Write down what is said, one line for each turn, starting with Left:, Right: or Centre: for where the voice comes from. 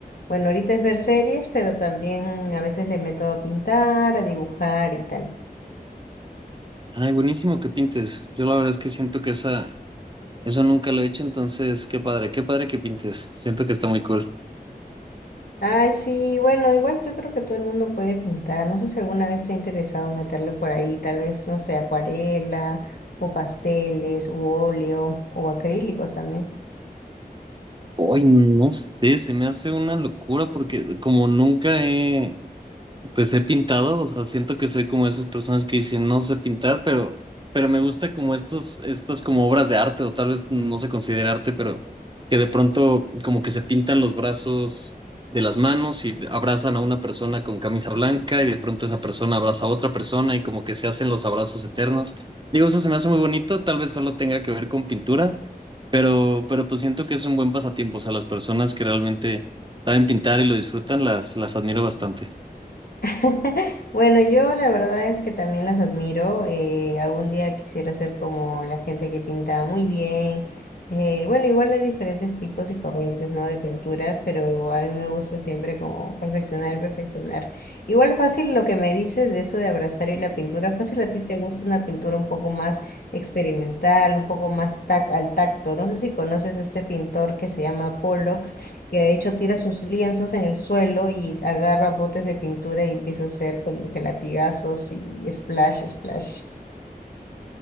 Left: bueno, ahorita es ver series, pero también a veces le meto a pintar, a dibujar y tal.
Right: Ay, buenísimo que pintes. Yo la verdad es que siento que esa, eso nunca lo he hecho, entonces qué padre, qué padre que pintes. Siento que está muy cool.
Left: Ay, sí, bueno, igual yo creo que todo el mundo puede pintar. No sé si alguna vez te ha interesado meterle por ahí, tal vez, no sé, acuarela o pasteles u óleo o acrílicos también.
Right: Hoy no sé, se me hace una locura porque como nunca he, Pues he pintado, o sea, siento que soy como esas personas que dicen no sé pintar, pero, pero me gusta como estos, estas como obras de arte, o tal vez no se considera arte, pero que de pronto como que se pintan los brazos de las manos y abrazan a una persona con camisa blanca y de pronto esa persona abraza a otra persona y como que se hacen los abrazos eternos. Digo, eso se me hace muy bonito, tal vez solo tenga que ver con pintura, pero, pero pues siento que es un buen pasatiempo, o sea, las personas que realmente saben pintar y lo disfrutan, las, las admiro bastante.
Left: <laughs> Bueno, yo la verdad es que también las admiro. eh, algún día quisiera ser como la gente que pinta muy bien. eh, bueno, igual hay diferentes tipos y corrientes, ¿no? De pintura, pero a mí me gusta siempre como perfeccionar, perfeccionar. Igual fácil lo que me dices de eso de abrazar y la pintura, fácil a ti te gusta una pintura un poco más experimental, un poco más tac al tacto. No sé si conoces a este pintor que se llama Pollock que de hecho tira sus lienzos en el suelo y agarra botes de pintura y empieza a hacer como que latigazos y splash, splash.